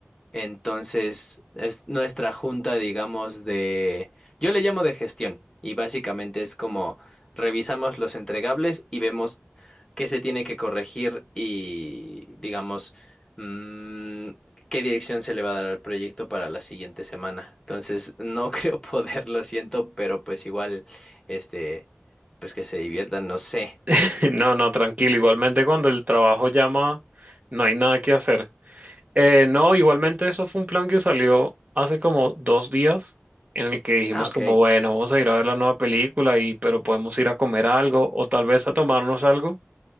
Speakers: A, on the left; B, on the right.
A: Entonces, es nuestra junta, digamos, de... Yo le llamo de gestión y básicamente es como revisamos los entregables y vemos qué se tiene que corregir y, digamos, mm, qué dirección se le va a dar al proyecto para la siguiente semana. Entonces, no <laughs> creo poder, lo siento, pero pues igual, este, pues que se diviertan, no sé.
B: <laughs> No, no, tranquilo. Igualmente, cuando el trabajo llama, no hay nada que hacer. Eh, no, igualmente, eso fue un plan que salió hace como dos días, en el que dijimos
A: Ah, ok.
B: como, bueno, vamos a ir a ver la nueva película y, pero podemos ir a comer algo o tal vez a tomarnos algo.